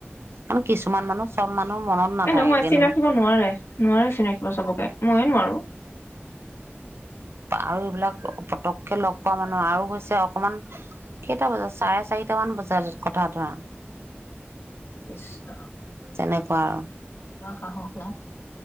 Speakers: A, on the right; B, on the left.
A: আৰু কিছুমান মানুহ চব মানুহ মনত নাথাকেগে
B: এ নহয় চিন ৰাখিব নোৱাৰে নোৱাৰে চিন ৰাখিব চবকে ময়ো নোৱাৰো
A: আৰু এইবিলাক পতককে লগ পোৱা মানুহ আৰু হৈছে অকমান কেইটা বজাত চাৰে চাৰিটা মান বজাত কথা ধৰা
B: কৃষ্ণ
A: তেনেকুৱা আৰু
B: সাহস নাই